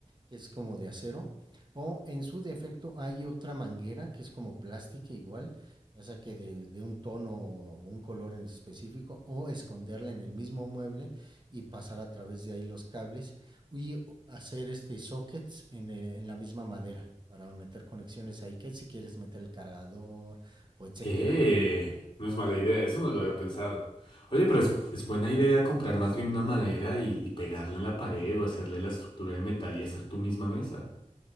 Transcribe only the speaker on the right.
que es como de acero, o en su defecto hay otra manguera que es como plástica igual, ya sea que de, de un tono o un color en específico, o esconderla en el mismo mueble y pasar a través de ahí los cables y hacer este sockets en, eh, en la misma madera para meter conexiones ahí, que si quieres meter el cargador o etcétera.
Ujú.